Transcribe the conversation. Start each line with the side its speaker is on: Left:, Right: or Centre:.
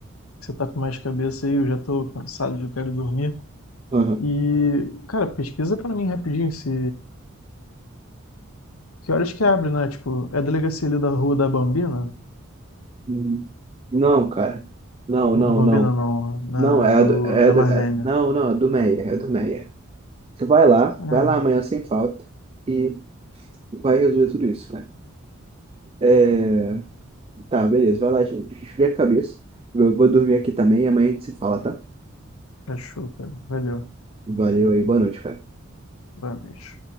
Left: Você tá com mais cabeça aí, eu já tô cansado, já quero dormir.
Right: aham.
Left: E, cara, pesquisa pra mim rapidinho se... Que horas que abre, né? Tipo, é a delegacia ali da rua da Bambina?
Right: Uhum. Não, cara. Não, não,
Left: Bambina
Right: não.
Left: não, na...
Right: Não, é
Left: do...
Right: a do, é
Left: da
Right: a do,
Left: Marlene.
Right: é- não, não, é do Meia, é do Meia. Você vai lá,
Left: É,
Right: vai lá amanhã sem falta e vai resolver tudo isso, cara. É, tá, beleza, vai lá, gente. Esfria a cabeça. Eu vou dormir aqui também e amanhã a gente se fala, tá?
Left: achou, cara. Valeu.
Right: Valeu aí, boa noite, cara.
Left: Vai mesmo.